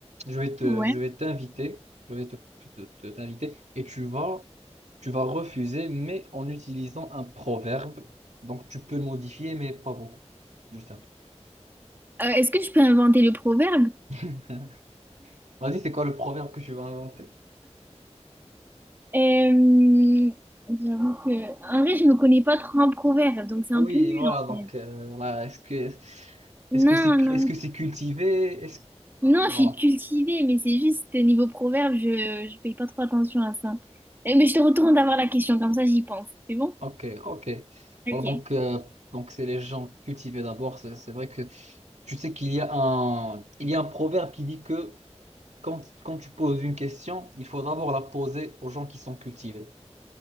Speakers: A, on the right; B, on the right.
A: Je vais te,
B: Ouais.
A: je vais t'inviter. Je vais te, te- te- t'inviter et tu vas, tu vas refuser, mais en utilisant un proverbe. Donc tu peux le modifier, mais pas beaucoup. Juste un peu.
B: Euh, est-ce que je peux inventer le proverbe?
A: <laughs> Vas-y, c'est quoi le proverbe que tu vas inventer?
B: Euh, j'avoue que... En vrai, je me connais pas trop en proverbe, donc c'est
A: Oui,
B: un peu nul
A: voilà,
B: en
A: donc
B: fait.
A: euh, là, est-ce que est-ce que
B: Non,
A: c'est est-ce
B: non.
A: que c'est cultivé? Est-ce
B: Non,
A: voilà.
B: je suis cultivée, mais c'est juste euh, niveau proverbe, je, je paye pas trop attention à ça. Eh, mais je te retourne d'avoir la question, comme ça j'y pense. C'est bon?
A: OK, OK.
B: Ok.
A: Voilà, donc euh, donc c'est les gens cultivés d'abord, c'est c'est vrai que tu sais qu'il y a un il y a un proverbe qui dit que quand quand tu poses une question, il faut d'abord la poser aux gens qui sont cultivés.